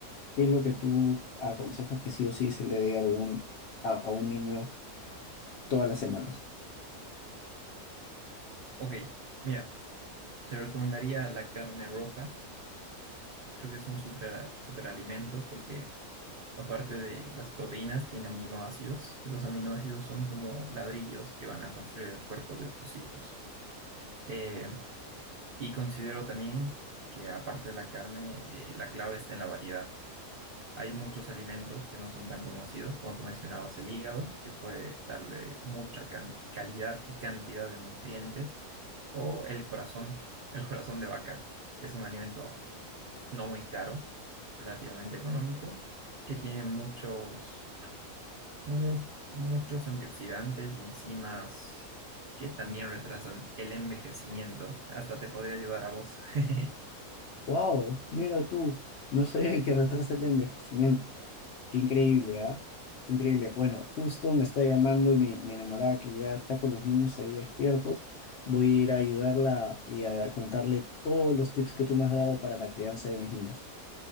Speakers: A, on the left; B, on the right.
A: ¿Qué es lo que tú aconsejas que sí o sí se le dé a algún, a a un niño todas las semanas?
B: Ok, mira, te recomendaría la carne roja. Creo que es un super, superalimento porque aparte de las proteínas, tiene aminoácidos y los aminoácidos son como ladrillos que van a construir el cuerpo de tus hijos. Eh, y considero también que aparte de la carne, eh, la clave está en la variedad. Hay muchos alimentos que no son tan conocidos, como tú mencionabas, el hígado, que puede darle mucha can- calidad y cantidad de nutrientes, o el corazón, el <laughs> corazón de vaca. Es un alimento no muy caro, relativamente económico, que tiene muchos, mu- muchos antioxidantes y enzimas que también retrasan el envejecimiento. Hasta te podría ayudar a vos. <laughs>
A: Wow, mira tú, no sabía que retrasa el envejecimiento. Qué increíble, ¿ah? Increíble. Bueno, justo me está llamando mi, mi enamorada que ya está con los niños ahí despiertos. Voy a ir a ayudarla y a contarle todos los tips que tú me has dado para la crianza de mis niños.